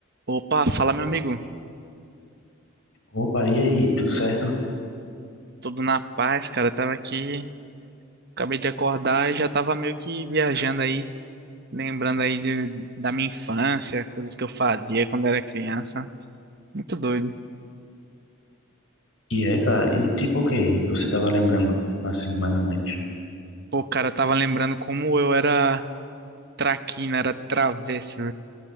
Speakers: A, on the right; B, on the left.
A: Opa, fala meu amigo.
B: Opa, e aí, tudo certo?
A: Tudo na paz, cara. Eu Tava aqui, acabei de acordar e já tava meio que viajando aí, lembrando aí de, da minha infância, coisas que eu fazia quando era criança. Muito doido.
B: E aí, cara, e tipo o que você tava lembrando, assim, mais ou menos?
A: Pô, cara, eu tava lembrando como eu era traquina, era travesso,